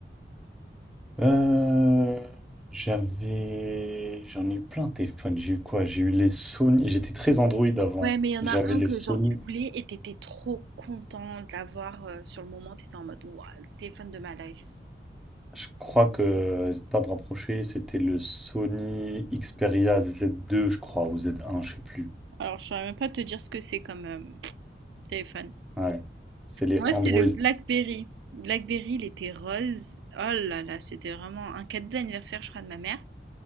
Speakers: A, in the centre; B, on the right (about 80°).
A: Euh, j'avais, j'en ai eu plein de téléphones. J'ai eu quoi? J'ai eu les Sony. J'étais très Android avant.
B: Ouais, mais il y en
A: J'avais
B: a un
A: les
B: que
A: Sony.
B: genre tu voulais et t'étais trop content de l'avoir euh, sur le moment, t'étais en mode waouh, le téléphone de ma life.
A: Je crois que, n'hésite pas de rapprocher, c'était le Sony Xperia Z2, je crois, ou Z1, je sais plus.
B: Alors, je saurais même pas te dire ce que c'est comme euh, téléphone.
A: Ouais. C'est les
B: Moi,
A: Android.
B: c'était le BlackBerry. BlackBerry, il était rose. Oh là là, c'était vraiment un cadeau d'anniversaire, je crois, de ma mère